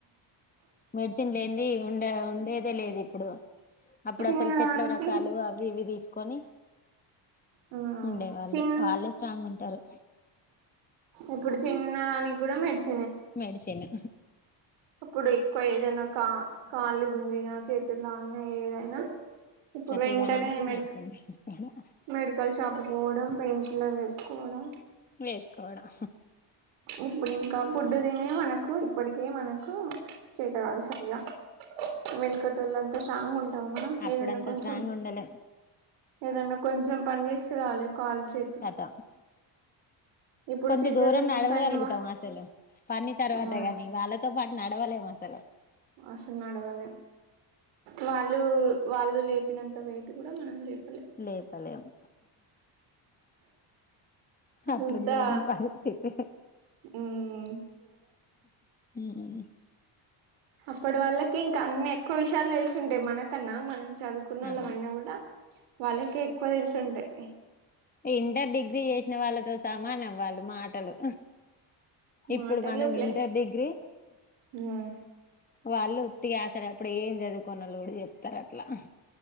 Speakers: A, on the left; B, on the right.
A: మెడిసిన్ లేనిది ఉండ ఉండేదే లేదు ఇప్పుడు, అప్పుడు
B: చిన్నదానికి
A: అసలు చెట్ల రసాలు అవ్. ఇవి తీసుకొని
B: ఆ
A: ఉండే వాళ్ళు,
B: చిన్
A: వాళ్ళే స్ట్రాంగ ఉంటరు.
B: ఇప్పుడు చిన్న దానికి గుడా మెడసె.
A: మెడిసెను.
B: అప్పుడు ఎక్కువ ఏదైనా కా కాళి గుంజిన, చేతులు లాగిన ఏదైనా. ఇప్పుడు
A: ప్రతిదానికి
B: వెంటనే మెడిక
A: మెడిసిన్ తీసుకోడం.
B: మెడికల్ షాప్ కి పోవడం, పెయిన్ కిల్లర్ ఏసుకోవడం.
A: వేసుకోవడం.
B: ఇప్పుడు ఇంకా ఫుడ్డు తినే మనకు ఇప్పటికే మనకు. చేతకాదు సరిగా వెనకటోల్లం. స్ట్రాంగ్ ఉంటమ మనం,
A: అప్పుడంత
B: ఏదన్నా కొంచెం.
A: స్ట్రాంగ్ ఉండలేం
B: ఏదన్నా కొంచెం పని చేస్తే చాలు కాల్ చే.
A: కథ.
B: ఇప్పుడు
A: కొంత
B: సీజరియన్స్
A: దూరం నడవగలుగుతం
B: అయిన వా
A: అసలు, పని తర్వాత
B: ఆ
A: గని వాళ్ళ తో పాటు నడవలేం అసలు.
B: మస్తు నడవలేం వాల్. లు వాళ్ళు లేపినంత వెయిట్ గుడ మనం లేపలేం.
A: లేపలేము అట్లుంది
B: అంతా
A: మన పరిస్థితి.
B: ఉమ్
A: ఊఉ.
B: అప్పుడు వాళ్ళకి ఇంకా అన్ని ఎక్కువ విషయాలు తెలుసుంటాయి మనకన్నా, మనం చదువు. కున్నోళ్ళము
A: అవును
B: అయినా గుడ, వాళ్ళకే ఎక్కువ తెలుసు ఉంటయి.
A: ఇంటర్, డిగ్రీ చేసిన వాళ్ళతో సమానం వాళ్ళు మాటలు. ఇప్పుడు
B: మాటలు
A: మనం
B: ప్లస్
A: ఇంటర్, డిగ్రీ.
B: ఉమ్
A: వాళ్ళు ఉత్తిగా అసలప్పుడు ఏం చదువుకున్నోల్లు గడ చెప్తరు అట్లా.